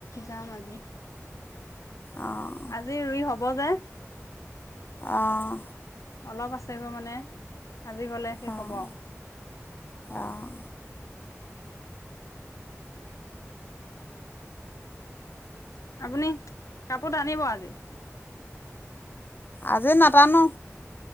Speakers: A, on the left (about 90°); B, on the left (about 40°).
A: যাম আজি
B: অঁ
A: আজি ৰুই হ'ব ব জে
B: অহ
A: অলপ আছে গৈ মানে আজি গ'লে শেষ
B: অঁ
A: হ'ব আও
B: অঁ
A: আপুনি কাপো তানিব আজি
B: আজি নাটানো